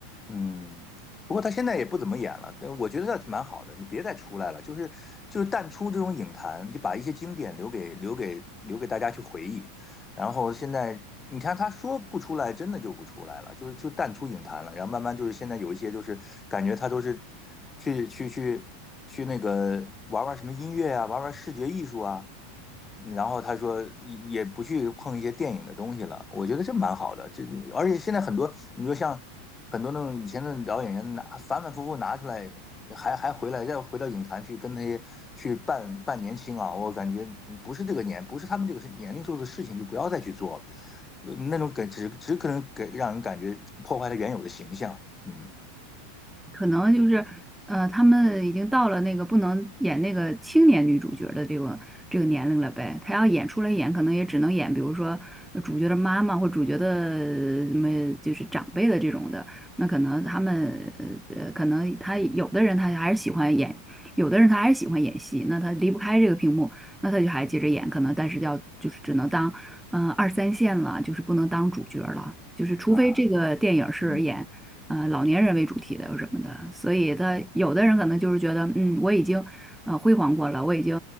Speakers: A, on the left; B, in the centre.
A: 嗯，不过他现在也不怎么演了，但我觉得倒是蛮好的。你别再出来了，就是就是淡出这种影坛，就把一些经典留给留给留给大家去回忆。然后现在你看他说不出来，真的就不出来了，就是就淡出影坛了。然后慢慢就是现在有一些就是感觉他都是去去去去那个玩玩什么音乐啊，玩玩视觉艺术啊，然后他说也也不去碰一些电影的东西了，我觉得这蛮好的。这而且现在很多，你说像很多那种以前的老演员拿反反复复拿出来，还还回来再回到影坛去跟那些去扮扮年轻啊，我感觉嗯不是这个年，不是他们这个年龄做的事情就不要再去做了，呃那种给只只可能给让人感觉破坏了原有的形象。嗯
B: 可能就是呃，他们已经到了那个不能演那个青年女主角的这个这个年龄了呗。他要演出来演，可能也只能演，比如说呃主角的妈妈或主角的什么，就是长辈的这种的。那可能他们呃呃，可能他有的人他还是喜欢演，有的人他还是喜欢演戏，那他离不开这个屏幕，那他就还接着演，可能但是要就是只能当嗯、呃二三线了，就是不能当主角了。就是除非这个电影是演。
A: 啊，嗯。
B: 呃老年人为主题的有什么的，所以他有的人可能就是觉得，嗯，我已经呃辉煌过了，我已经